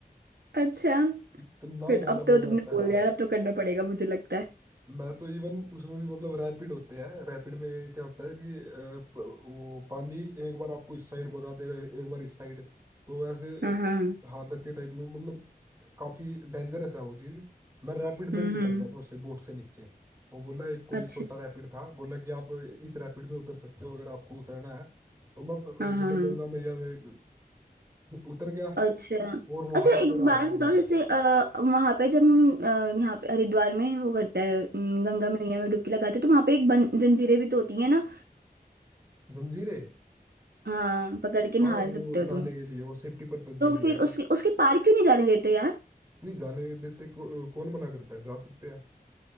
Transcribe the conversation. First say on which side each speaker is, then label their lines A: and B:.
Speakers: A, on the right; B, on the right.
A: अच्छा
B: इतना
A: फिर तो
B: ज्यादा
A: अब तो
B: मजा
A: तुमने
B: आता
A: बोल
B: है ना
A: दिया यार अब तो करना पड़ेगा मुझे लगता है
B: मैं तो इवन उसमें भी मतलब रैपिड होते हैं रैपिड में क्या होता है कि अ, प- वो पानी एक बार आपको इस साइड भगा देगा ए- एक बार इस साइड तो ऐसे
A: हाँ हाँ
B: अ, हाथ धक्के टाइप में मतलब काफी डेंजरस है वो चीज मैं रैपिड
A: हम्म
B: में भी उतर
A: हम्म
B: गया था उससे बोट से नीचे वो बोला एक कोई
A: अच्छा
B: छोटा
A: अच्छा
B: रैपिड था बोला कि आप इस रैपिड में उतर सकते हो अगर आपको उतरना है तो मैं अ,
A: हाँ हाँ
B: मतलब
A: हाँ
B: गंगा मैया में उतर गया
A: अच्छा
B: और वहां
A: अच्छा
B: भी
A: एक
B: मेरा
A: बात
B: हाल
A: बताओ
B: हुआ
A: जैसे
B: है
A: वहां पे जब हम अ, यहाँ पे हरिद्वार में वो करते हैं अम, गंगा मैया में डुबकी लगाते हैं तो वहां पे एक बन, जंजीरें भी तो होती है ना
B: जंजीरें
A: हाँ पकड़ के नहा
B: हाँ वो
A: सकते हो
B: नहाने
A: तुम
B: के लिए वो सेफ्टी पर्पज
A: तो
B: के लिए
A: फिर
B: है
A: उसके उसके पार क्यों नहीं जाने देते यार
B: नहीं जाने देते को, कौन मना करता है जा सकते हैं